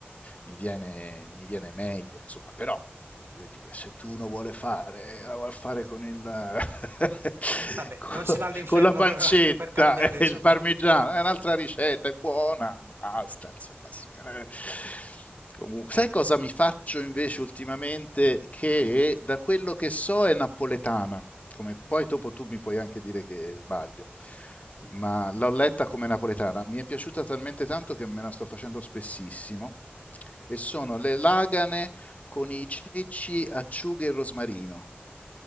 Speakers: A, on the left; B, on the right.
A: mi viene, mi viene meglio, insomma, però voglio dire, se tu uno vuole fare, la vuole fare con, il, <laughs>
B: Vabbè,
A: con,
B: non si va all'inferno
A: con la pancetta
B: per, <laughs> per cambiare,
A: e
B: insomma.
A: il parmigiano, è un'altra ricetta, è buona, basta, insomma. Sì, eh. Comunque, sai cosa mi faccio invece ultimamente? Che da quello che so è napoletana, come poi dopo tu mi puoi anche dire che sbaglio, ma l'ho letta come napoletana, mi è piaciuta talmente tanto che me la sto facendo spessissimo, e sono le lagane con i ceci, acciughe e rosmarino,